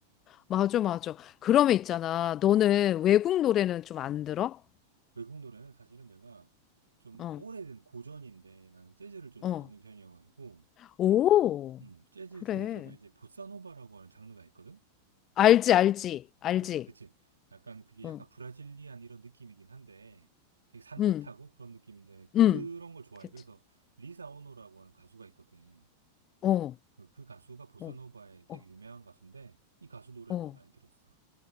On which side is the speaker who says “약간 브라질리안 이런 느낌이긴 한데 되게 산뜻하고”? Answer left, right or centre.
Right